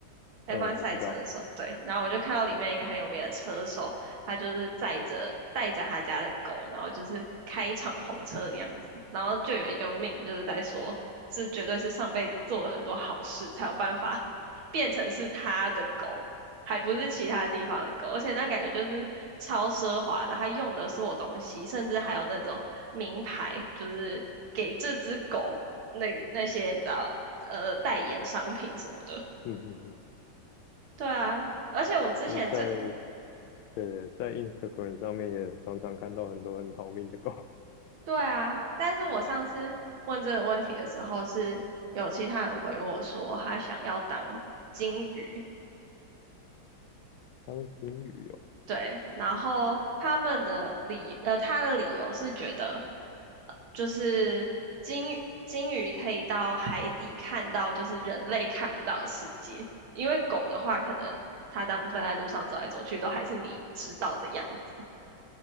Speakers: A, on the right (about 85°); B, on the left (about 85°).
A: F1
B: 嗯，我知道，
A: 赛车手，对。然后我就看到里面一个很有名的车手，他就是载着带着他家的狗，然后就是开敞篷车的样子。然后就有一个命，就是在说，这绝对是上辈子做了很多好事才有办法 <laughs> 变成是他的狗，还不是其他地方的狗。而且那感觉就是超奢华的，他用的所有东西，甚至还有那种名牌，就是给这只狗那那些你知道呃代言商品什么的。
B: 嗯嗯嗯，
A: 对啊，而且我之前这，
B: 就在对在 Instagram 上面也常常看到很多很好命的狗，
A: 对啊，但是我上次问这个问题的时候，是有其他人回我说他想要当金鱼，
B: <laughs> 当金鱼哦。
A: 对，然后他们的理，呃，他的理由是觉得，呃就是金鱼金鱼可以到海底看到就是人类看不到的世界，因为狗的话，可能它大部分在路上走来走去都还是你知道的样子。